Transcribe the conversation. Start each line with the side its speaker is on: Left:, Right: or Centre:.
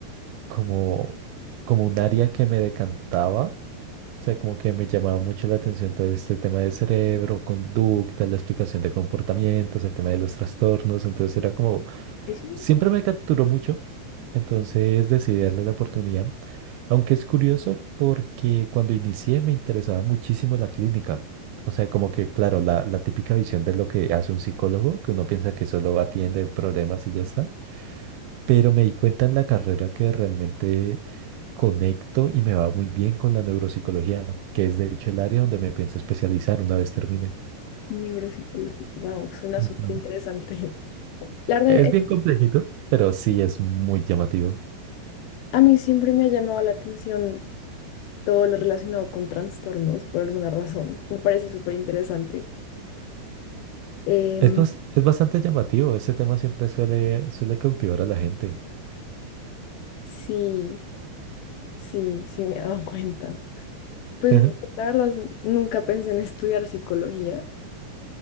Right: como, como un área que me decantaba, o sea, como que me llamaba mucho la atención todo este tema del cerebro, conducta, la explicación de comportamientos, el tema de los trastornos, entonces era como,
Left: eso,
Right: siempre me capturó mucho, entonces decidí darle la oportunidad. Aunque es curioso porque cuando inicié me interesaba muchísimo la clínica. O sea, como que, claro, la, la típica visión de lo que hace un psicólogo, que uno piensa que solo atiende problemas y ya está. Pero me di cuenta en la carrera que realmente conecto y me va muy bien con la neuropsicología, que es de hecho el área donde me pienso especializar una vez termine.
Left: neuropsicología. Wow, suena
Right: Ujú.
Left: súper interesante. <laughs> La verdad,
Right: Es
Left: eh,
Right: bien complejito, pero sí es muy llamativo.
Left: a mí siempre me ha llamado la atención todo lo relacionado con trastornos, por alguna razón. Me parece súper interesante. Em,
Right: Es, bas- es bastante llamativo, ese tema siempre suele, suele cautivar a la gente.
Left: sí, sí, sí, me he dado cuenta. Pues
Right: <laughs>
Left: la verdad nunca pensé en estudiar psicología,